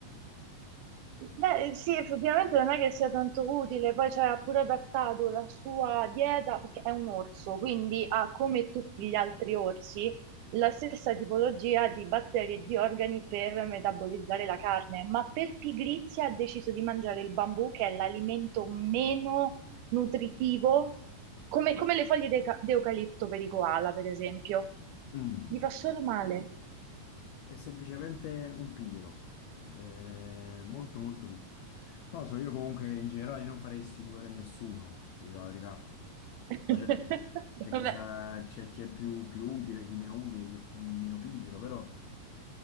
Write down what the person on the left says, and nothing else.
Mm,
È semplicemente un pigro, cioè, è molto molto pigro. Non lo so, io comunque in generale non farei estinguere nessuno, ti dico la verità.
Poi certo, c'è
chi sarà, c'è chi è più, più utile, chi meno utile, chi è più- meno pigro, però...